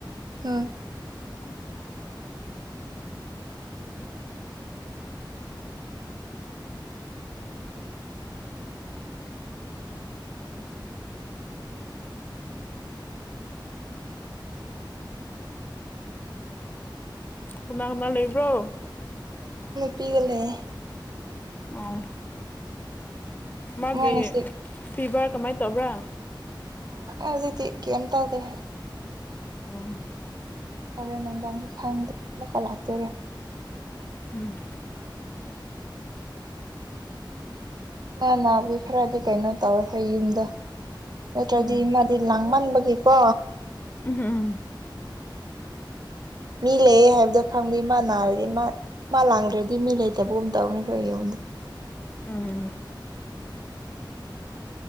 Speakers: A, on the right; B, on the left.
A: ꯍꯣꯏ
B: <inaudible> ꯀꯅꯥ ꯀꯅꯥ ꯂꯩꯕ꯭ꯔꯣ
A: ꯄꯤꯒ ꯂꯦ
B: ꯑꯣ ꯃꯥꯒꯤ
A: ꯃꯥ ꯉꯁꯤ
B: ꯐꯤꯚꯔ ꯀꯃꯥꯏꯅ ꯇꯧꯕ꯭ꯔꯥ
A: ꯑꯖꯤꯛꯗꯤ ꯀꯦꯝ ꯇꯧꯗꯦ
B: ꯎꯝ
A: ꯍꯣꯔꯦꯟ ꯅꯨꯡꯗꯥꯡꯗꯤ ꯈꯪꯗꯦ ꯑꯃꯨꯛꯀ ꯂꯥꯛꯇꯣꯏꯔ
B: ꯎꯝ
A: ꯃ ꯅꯥꯕꯤꯗꯤ ꯈꯔꯗꯤ ꯀꯩꯅꯣ ꯇꯧꯔꯋꯦ ꯑꯩꯈꯣꯏ ꯌꯨꯝꯗꯣ ꯅꯠꯇ꯭ꯔꯗꯤ
B: ꯎꯝ
A: ꯃꯥꯗꯤ ꯂꯥꯡ ꯃꯟꯕꯒꯤꯀꯣ
B: ꯎꯝ ꯎꯝ
A: ꯃꯤ ꯂꯩꯌꯦ ꯍꯥꯏꯕꯗꯣ ꯈꯪꯗꯦ ꯃꯥ ꯅꯥꯔꯗꯤ ꯃꯥ ꯃꯥ ꯂꯥꯡꯗ꯭ꯔꯗꯤ ꯃꯤ ꯂꯩꯇꯕꯒꯨꯝ ꯇꯧꯋꯦ ꯑꯩꯈꯣꯏ ꯌꯨꯝꯗꯤ <inaudible>
B: ꯎꯝ